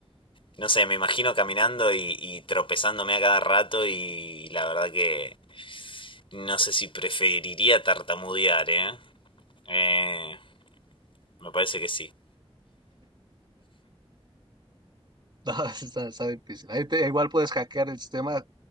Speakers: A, on the left; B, on the right.
A: no sé, me imagino caminando y, y tropezándome a cada rato y la verdad que no sé si preferiría tartamudear, ¿eh? Eh, me parece que sí.
B: No, está, está difícil. Ahí te- igual puedes hackear el sistema